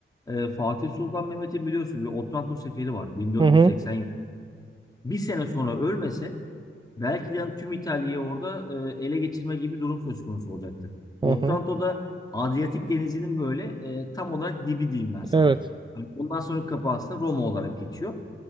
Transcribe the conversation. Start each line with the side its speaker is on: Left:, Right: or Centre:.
Left: Ee, Fatih Sultan Mehmet'in biliyorsun bir Otranto seferi var 1480
Right: hı hı,
Left: yıl. Bir sene sonra ölmese Belki de yani tüm İtalya'yı orada e, ele geçirme gibi bir durum söz konusu olacaktı.
Right: hı
Left: Otranto'da
Right: hı.
Left: Adriyatik Denizi'nin böyle e, tam olarak dibi diyeyim ben sana.
Right: Evet.
Left: Hani Bundan sonra kapı aslında Roma olarak geçiyor.